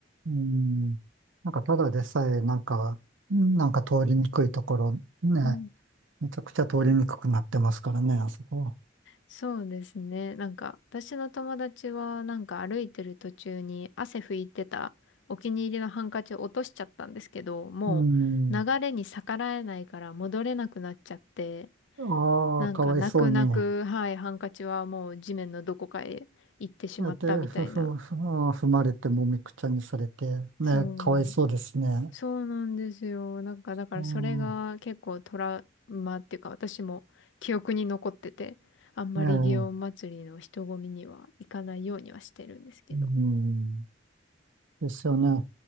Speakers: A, on the right; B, on the left.
A: うん。なんかただでさえ、なんか、なんか通りにくいところ、ね、
B: うん
A: めちゃくちゃ通りにくくなってますからね、あそこ。
B: そうですね。なんか、私の友達は、なんか歩いてる途中に汗拭いてたお気に入りのハンカチを落としちゃったんですけど、もう流れに逆らえないから戻れなくなっちゃって、
A: うん。ああ、
B: なんか泣く泣く、
A: かわいそうに。
B: はい、ハンカチはもう地面のどこかへ行ってしまったみたいな。
A: で、ふ、ふ、ふ、あー踏まれて、もみくちゃにされて、ね、
B: そうなん
A: かわいそうですね。
B: そうなんですよ。なんか、だからそれが結構トラウマっていうか、
A: うん、
B: 私も記憶に残ってて、あんまり祇園祭りの人混みには行かないようにはしてるんですけど。
A: ええ、うん。ですよね。